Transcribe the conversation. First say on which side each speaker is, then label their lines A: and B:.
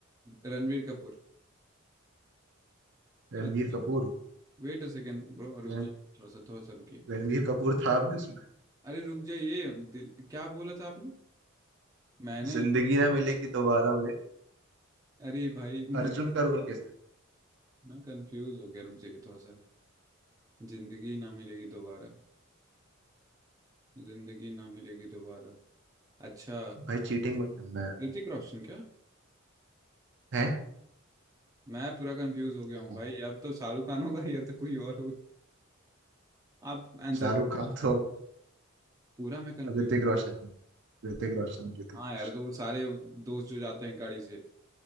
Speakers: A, on the right (about 15°); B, on the right (about 60°).
A: रणवीर कपूर
B: रणवीर
A: गलत हो गया
B: कपूर
A: वेट अ सेकेंड ब्रो
B: रण-
A: रुक जाइए थोड़ा सा थोड़ा सा रुकिए
B: रणवीर कपूर था भी उसमें
A: अरे रुक जाइए दिल क्या बोला था आपने मैंने
B: जिंदगी ना मिलेगी दोबारा में
A: अरे भाई <laughs> मैं
B: अर्जुन का रोल कैसा है
A: मैं कंफ्यूज हो गया रुक जाइए थोड़ा सा जिंदगी ना मिलेगी दोबारा जिंदगी ना मिलेगी दोबारा अच्छा
B: भाई चीटिंग मत करना यार
A: ऋतिक रोशन क्या
B: है
A: मैं पूरा कंफ्यूज हो गया
B: हाँ।
A: हूँ भाई अब तो शाहरुख खान होगा या तो कोई और आप आंसर
B: शाहरुख
A: दो
B: खान तो अब
A: पूरा मैं कंफ्यूज
B: अब ऋतिक रोशन है ऋतिक रोशन ऋतिक
A: हाँ
B: रोशन
A: यार तो वो सारे दोस्त जो जाते हैं गाड़ी से